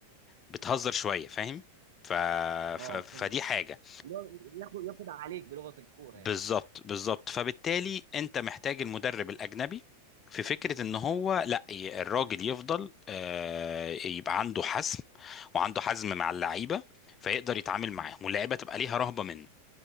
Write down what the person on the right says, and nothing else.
اه
فعلا
اللي هو ياخد ياخد عليك بلغه الكوره
يعني